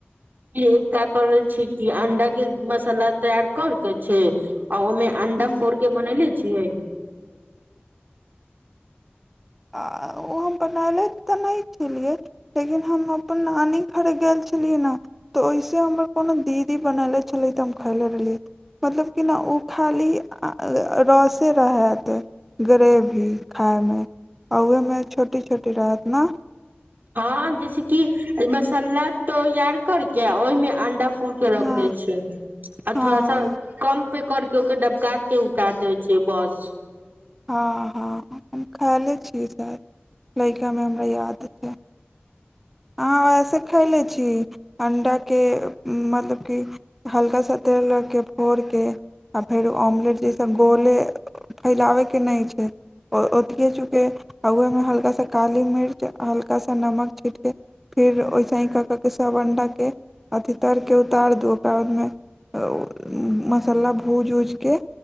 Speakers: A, on the right; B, in the centre.
A: एकटा करे छी कि अंडा के मसाला तैयार कर के छै आ ओमे अंडा
B: हाँ,
A: फोड़ के बनैले छियै
B: आ ओ हम बनयलैत तऽ नहि छलियै लेकिन हम अपन नानी घरे गेल छलियै ने तऽ ओहिसे हमर कोनो दीदी बनेले छलै तऽ हम खायले रहलियै मतलब कि ने ओ खाली रसे रहैत ग्रेवी खायमे आ उहमे छोटी छोटी रहत न
A: हँ जैसेकी मसाला तैयार करके ओहिमे अंडा फोड़ के रख
B: हँ
A: दै छियि आ
B: हँ
A: थोड़ा सा कम पे कर के ओ के डबका के उतार देबे छियै बस
B: हँ हँ हम खायले छियै शायद लै कऽ हमे हमरा याद हतै ह अहाँ वैसे खैले छी अण्डाके मतलब कि हल्का सा तेल रख के फोड़ के आ फेरो ऑमलेट जहिस गोले फैलाबयके नहि छै ओ ओतके चुके आ ओहिमे हल्का सा काली मिर्च हल्का सा नमक छीँट के फेर ओहिस ही कऽ कऽ कऽ सभ अण्डाके अथि तर के उतार दू ओकरा बादमे त मसाला भूज उज के